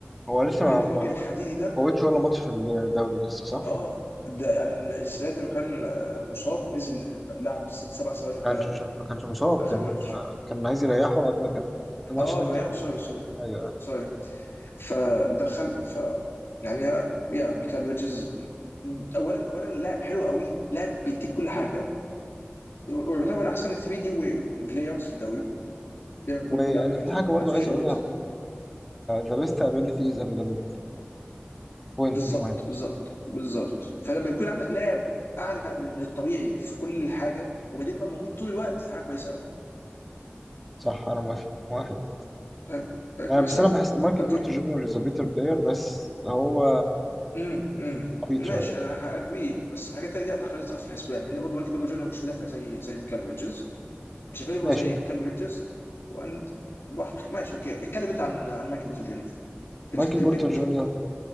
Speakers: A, in the centre; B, on the left.
A: هو لسه ما
B: لان
A: ما
B: الراجل الحديدي ده
A: ما فوتش ولا ماتش في الدوري لسه صح؟
B: اه ده يعني السنه دي لما كان آه، مصاب نزل لعب ست سبع ثواني وطلع
A: ما كانش ما كانش مصاب
B: في اخر
A: كان
B: ماتش
A: كان عايز يريحه قبل كان في ماتش
B: اه
A: 82
B: بيع سوري سوري
A: ايوه
B: سوري فدخل ف يعني يا ميكال بيرجز اولا اولا لاعب حلو قوي لاعب بيديك كل حاجه ويعتبر من احسن 3 دي بلايرز في الدوري بي-
A: ويعني
B: بيعرف يدبل
A: في حاجه
B: بيعرف
A: برضو عايز
B: يشوت
A: اقولها برضو، ذا بيست ابيليتي از افيلابيلتي بوينت
B: بالظبط
A: دي مهم
B: بالظبط بالظبط فلما يكون عندك لاعب اعلى من الطبيعي في كل حاجه وبعدين بقى موجود طول الوقت دي حاجه كويسه قوي
A: صح انا موافق موافق جدا
B: حاجه حاجة
A: آه
B: كويسه
A: بس انا
B: قوي
A: بحس مايكل
B: اوكي
A: بورتر جونيور از ا بيتر بلاير بس هو
B: امم امم
A: عبيط
B: ماشي
A: شويه
B: انا هاجبيه بس الحاجات التانية دي اعتقد لازم تاخد في الحسبان لان برضه مايكل برضه جونيور مش مدافع زي زي ميكال بيرجز مش افيلبل
A: ماشي
B: زي كلب هيدجز واند براحته ماشي اوكي اتكلم انت عن عن مايكل بورتر جونيور في,
A: مايكل
B: ال- في
A: بورتر
B: البيك
A: جونيور